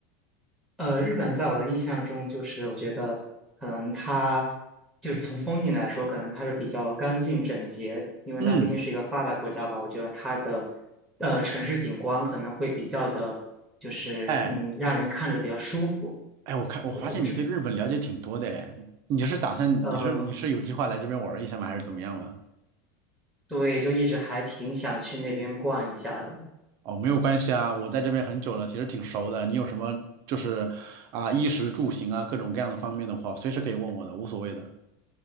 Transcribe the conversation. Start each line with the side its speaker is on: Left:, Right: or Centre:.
Centre: 呃，日本在我的印象中，就是我觉得可能它就是从风景来说，可能它是比较干净整洁，因为它毕竟是一个发达国家吧。
Right: 嗯，
Centre: 我觉得它的呃城市景观可能会比较的，就是嗯，
Right: 哎
Centre: 让人看着比较舒服。
Right: 哎，我看我发现你对日本了解挺多的哎，
Centre: 我我不知
Right: 你是打算你是你是有计划来这边玩儿一下吗？
Centre: 呃，
Right: 还是怎么样吗？
Centre: 对，就一直还挺想去那边逛一下的。
Right: 哦，没有关系啊，我在这边很久了，其实挺熟的。你有什么就是啊，衣食住行啊，各种各样的方面的话，随时可以问我的，无所谓的。